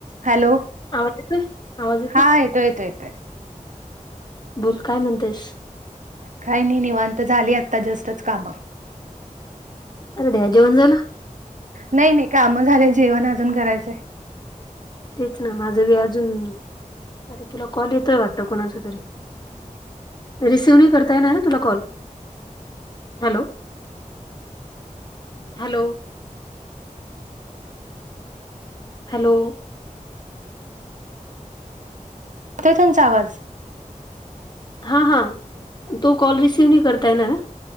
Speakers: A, on the right; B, on the left.
A: हॅलो
B: आवाज येतोय आवाज
A: हा येतोय येतोय
B: बोल काय म्हणतेस?
A: काही नाही निवांत झाली आत्ता जस्टच कामं
B: अरे <unintelligible> द्या जेवण झालं
A: नाही नाही काम झाल्या जेवण अजून करायचंय
B: तेच ना माझं बी अजून अरे तुला कॉल येतोय वाटतं कोणाच तरी? रिसीव्ह नाही करता येणार तुला कॉल हॅलो हॅलो हॅलो
A: ते तुमचा आवाज
B: हा हा तो कॉल रिसीव्ह नाही करता येणार अ